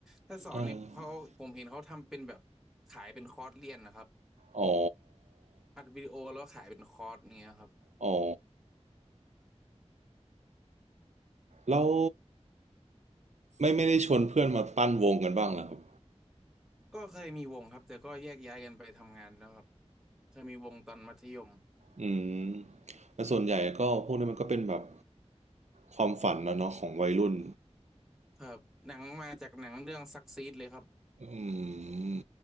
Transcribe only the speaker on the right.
อ่าอ๋อ
อ๋อแล้วไม่ไม่ได้ชวนเพื่อนมาปั้นวงกันบ้างเหรอครับ
อืมแต่ส่วนใหญ่ก็พวกนี้มันก็เป็นแบบความฝันนะเนาะของวัยรุ่น
อืม